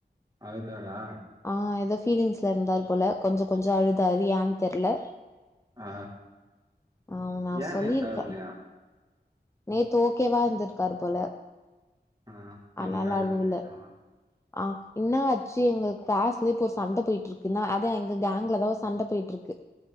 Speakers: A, on the right; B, on the left.
A: அழுதாரா
B: ஆ ஏதோ ஃபீலிங்ஸ்ல இருந்தாரு போல கொஞ்சோ கொஞ்சோ அழுதாரு யான்னு தெரியல
A: ஆ
B: ஆ நா
A: ஏன்
B: சொல்லிருக்கே
A: நேத்து அழுவலையா
B: நேத்து ஓகேவா இருந்திருக்காரு போல
A: ஆ
B: ஆனால
A: இன்னைக்கு அழுக
B: அழுவுல
A: வந்துச்சம்மா
B: ஆ இன்னா
A: ம்
B: சீ எங்க கிளாஸ்லயே இப்போ ஒரு சண்ட போயிட்டு இருக்குன்னா அதான் எங்க கேங்க்ல தா ஒரு சண்ட போயிட்டுருக்கு